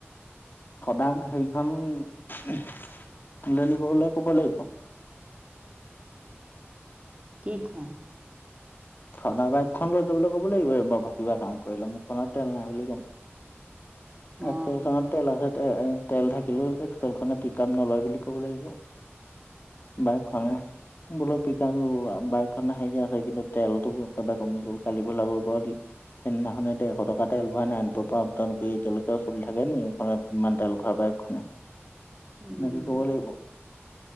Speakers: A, on the left; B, on the right.
A: সদাগ হেৰিখন তিলনী কৰিবলৈ ক'ৰপাৰ লাগিব।
B: কি হ।
A: থণ বাইকখন লৈ যাবলৈ ক'ব লাগিব। মোৰ বাইক কিবা কাম কৰিলে মোৰখনত তেল নাই বুলি ক'ম।
B: অ
A: একচাৰ চত তেল আছে তে তেল থাকিলো নে পিক আপ নলয় বুলি ক'ব লাগিব। বাইকখনে বোলো পিক আপ বাইক খনে হেৰি আছে কিন্তু তেলতো একেবাৰে কমি গ'ল কালি পেলাব পাৰ সেইদিনাখনে দে এশ টকা তেল ভৰাই নাই নাইনপুৰ পৰা আপ ডাউন কৰি এতিয়ালৈকে চলি থাকে এইখনে ইমান তেল খোৱাৰ বাইক খনে। এনেকে
B: উম
A: ক'ব লাগিব।